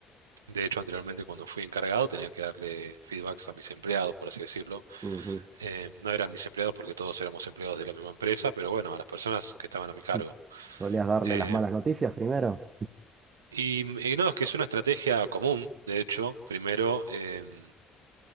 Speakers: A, on the right; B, on the right.
A: de hecho, anteriormente cuando fui encargado tenía que darle feedbacks a mis empleados, por así decirlo.
B: Ujú. <laughs>
A: Eh, no eran mis empleados porque todos éramos empleados de la misma empresa, pero bueno, a las personas que estaban a mi
B: Sí.
A: cargo.
B: ¿Solías darle
A: Eh,
B: las malas noticias primero?
A: y, y no, es que es una estrategia común, de hecho, primero, eh, no,